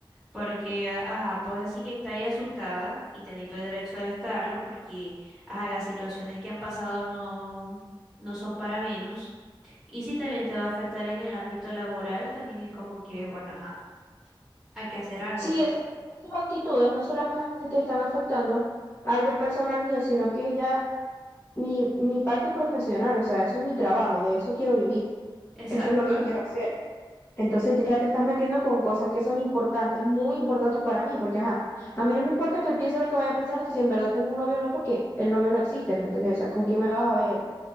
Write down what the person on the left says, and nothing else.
Sí,
esas, sus actitudes no solamente están afectando algo personal mío, sino que ya mi, mi parte profesional, o sea, eso es mi trabajo, de eso quiero vivir,
eso es lo que quiero hacer. Entonces ya te estás metiendo con cosas que son importantes, muy importantes para mí, porque ajá, a mí no me importa que él piense lo que vaya a pensar si en verdad tengo un novio o no, porque el novio no existe, ¿me entendés? O sea, ¿con quién me vas a ver?